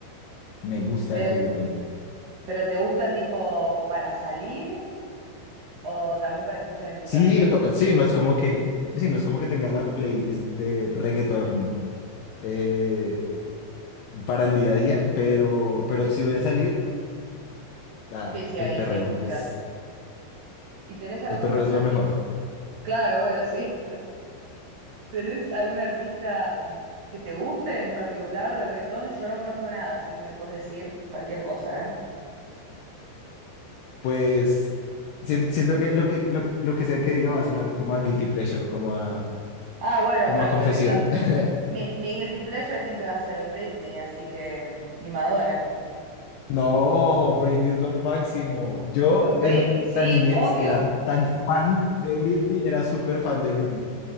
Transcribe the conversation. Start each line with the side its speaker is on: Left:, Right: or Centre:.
Left: me gusta
Right: Pero,
Left: el reggaetón.
Right: pero ¿te gusta tipo para salir o también para escuchar en tu
Left: Sí,
Right: casa?
Left: o- sí, no es como que, sí, no es como que tenga la playlist de reggaetón eh, para el día a día, pero, pero si voy a salir, ah,
Right: Sí, sí,
Left: el
Right: ahí
Left: perreo
Right: sí escuchas.
Left: es,
Right: ¿Y tenés algún
Left: el perreo es lo
Right: artista?
Left: mejor.
Right: Claro, bueno, sí. ¿Tenés algún artista que te guste en particular de reggaetón? Yo no conozco nada, así que me puedes decir cualquier cosa, ¿eh?
Left: Pues sien- siento que lo que lo, lo que sea que diga va a sonar como a guilty pleasure, como a,
Right: Ah, bueno,
Left: como
Right: pero
Left: a confesión.
Right: por ejemplo,
Left: <laughs>
Right: Mi, mi guilty pleasure siempre va a ser Britney, así que. Y Madonna.
Left: No, Britney es lo máximo. Yo
Right: Po- Britney,
Left: en
Right: sí,
Left: la niñez
Right: obvio.
Left: era tan fan de Britney, era súper fan de Britney.